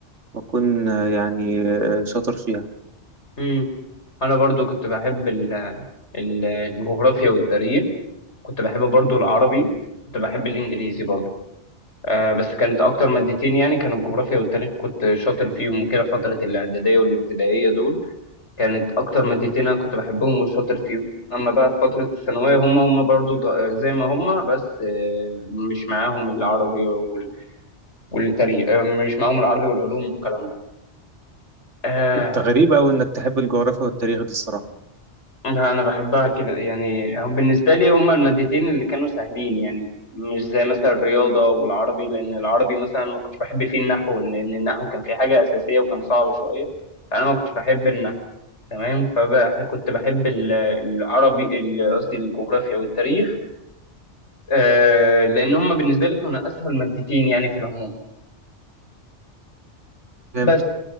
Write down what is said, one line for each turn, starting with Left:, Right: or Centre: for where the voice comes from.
Right: وأكون آه، يعني آه، شاطر فيها
Left: أمم. أنا برضو كنت بحب ال- ال- الجغرافيا والتاريخ كنت بحب برضو العربي كنت بحب الانجليزي برضو آه بس كانت اكتر مادتين يعني كانوا الجغرافيا والتاريخ كنت شاطر فيهم وكده فترة الاعدادية والابتدائية دول كانت اكتر مادتين انا كنت بحبهم وشاطر فيهم اما بقى في فترة الثانوية هم هم برضو ض- زي ما هم بس آه مش معاهم العربي وال- والتاريخ آه مش معاهم العربي والعلوم والكلام ده آه
Right: أنت غريب أوي إنك تحب الجغرافيا والتاريخ دي الصراحة
Left: لا انا بحبها كده يعني هم بالنسبه لي هم المادتين اللي كانوا سهلين يعني مش زي مثلا الرياضه والعربي لان العربي مثلا أنا ما كنتش بحب فيه النحو لان النحو كان فيه حاجه اساسيه وكان صعب شويه انا ما كنتش بحب النحو تمام فكنت بحب ال- العربي ال- قصدي الجغرافيا والتاريخ آه لان هم بالنسبه لي كانوا اسهل مادتين يعني في العموم
Right: فهمت
Left: بس